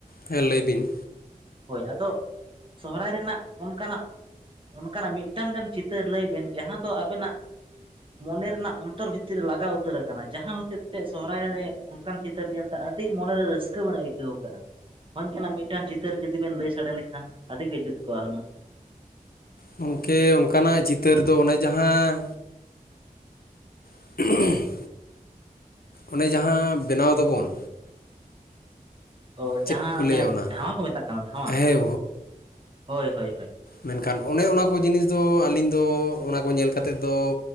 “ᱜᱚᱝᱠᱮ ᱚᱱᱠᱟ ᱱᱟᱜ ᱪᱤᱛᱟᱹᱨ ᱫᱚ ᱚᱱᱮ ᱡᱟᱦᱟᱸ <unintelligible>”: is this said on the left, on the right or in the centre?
Left